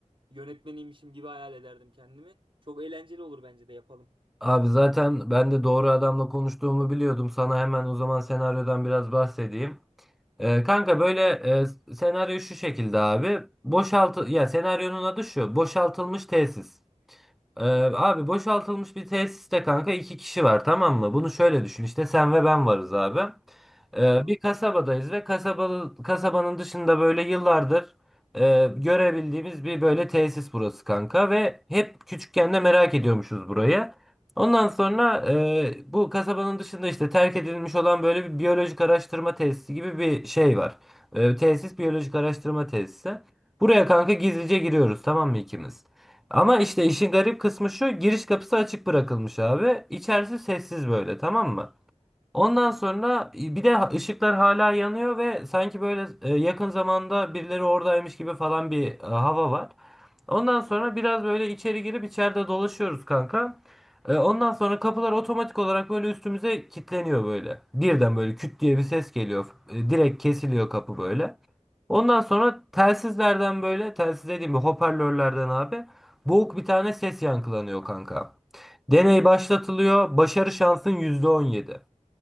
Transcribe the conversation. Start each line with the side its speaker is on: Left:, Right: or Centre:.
Right: yönetmeniymişim gibi hayal ederdim kendimi. Çok eğlenceli olur bence de yapalım.
Centre: Abi zaten ben de doğru adamla konuştuğumu biliyordum. Sana hemen o zaman senaryodan biraz bahsedeyim. Ee, kanka böyle e, senaryo şu şekilde abi. Boşaltı ya senaryonun adı şu. Boşaltılmış tesis. Ee,
Right: Hı hı.
Centre: abi boşaltılmış bir tesiste kanka iki kişi var tamam mı? Bunu şöyle düşün işte sen ve ben varız abi. Ee,
Right: Tamam.
Centre: bir kasabadayız ve kasabalı, kasabanın dışında böyle yıllardır e, görebildiğimiz bir böyle tesis burası kanka ve hep küçükken de merak ediyormuşuz burayı. Ondan sonra
Right: Hı hı.
Centre: e, bu kasabanın dışında işte terk edilmiş olan böyle bir biyolojik araştırma tesisi gibi bir şey var. E, tesis biyolojik araştırma tesisi. Buraya kanka gizlice giriyoruz tamam mı ikimiz? Ama işte işin garip kısmı şu giriş kapısı açık bırakılmış abi. İçerisi sessiz böyle tamam mı? Ondan
Right: Tamam.
Centre: sonra e, bir de ışıklar hala yanıyor ve sanki böyle e, yakın zamanda birileri oradaymış gibi falan bir e, hava var. Ondan sonra
Right: Tamam.
Centre: biraz böyle içeri girip içeride dolaşıyoruz kanka. E, Ondan sonra kapılar otomatik olarak böyle üstümüze kilitleniyor böyle. Birden böyle küt diye bir ses geliyor. E, Direkt kesiliyor kapı böyle. Ondan sonra telsizlerden böyle telsiz dediğim bir hoparlörlerden abi boğuk bir tane ses yankılanıyor kanka. Deney başlatılıyor. Başarı şansın %17.